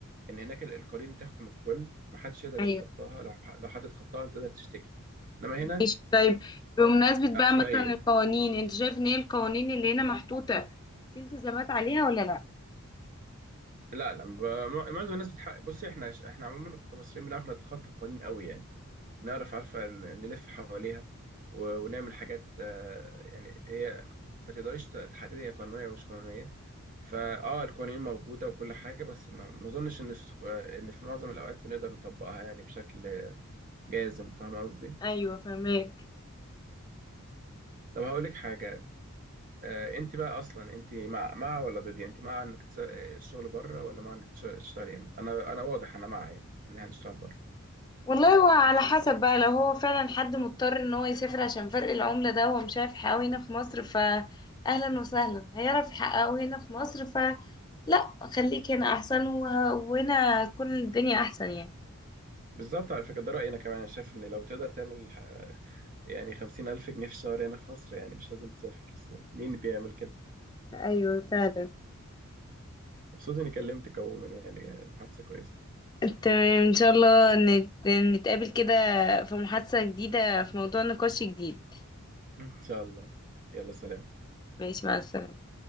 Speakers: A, on the right; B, on the left.
A: ان هناك ال- القوانين تحكم الكل محدش يقدر
B: ايوه
A: يتخطاها لو ح- لو حد اتخطاها انت تقدر تشتكي انما هنا
B: ماشي طيب بمناسبة
A: عشوائية
B: بقى مثلا القوانين انت شايف ان هي القوانين اللي هنا محطوطة في التزامات عليها ولا لا
A: لا لا ب- معظم الناس بتحق بص احنا احنا عموما كمصريين بنعرف نتخطى القوانين قوي يعني نعرف عارفة ن- نلف حواليها و- ونعمل حاجات آه، يعني هي ما تقدريش ت- تحددي هي قانونية أو مش قانونية فاه القوانين موجودة وكل حاجة بس ما ما أظنش إن الس- آه، إن في معظم الأوقات بنقدر نطبقها يعني بشكل جازم فاهم قصدي؟
B: ايوه فهماك
A: طب هقول لك حاجة آه، أنت بقى أصلا أنت مع مع ولا ضد؟ يعني أنت مع إنك تس- آه، الشغل بره ولا مع إنك تش- تشتغلي هنا؟ أنا أنا واضح أنا مع يعني إن إحنا نشتغل بره
B: والله هو على حسب بقى لو هو فعلا حد مضطر ان هو يسافر عشان فرق العملة ده هو مش عارف يحققه هنا في مصر فأهلا وسهلا هيعرف يحققه هنا في مصر فلا خليك هنا احسن وه- وهنا تكون الدنيا احسن يعني
A: بالظبط على فكرة ده رأيي أنا كمان أنا شايف إن لو تقدر تعمل يعني خمسين ألف جنيه في الشهر هنا في مصر يعني مش لازم تسافر بس مين بيعمل كده
B: ايوه فعلا
A: مبسوط إني كلمتك عموما يعني محادثة كويسة
B: تمام ان شاء الله نت- نتقابل كده في محادثة جديدة في موضوع نقاش جديد
A: <laughs> إن شاء الله يلا سلام
B: ماشي مع السلامة